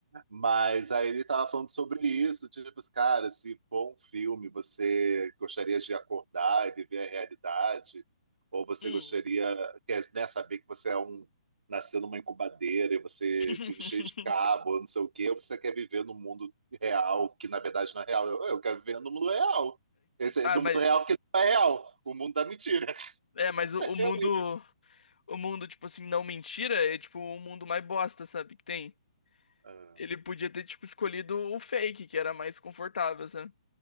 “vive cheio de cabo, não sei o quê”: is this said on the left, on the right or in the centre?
Right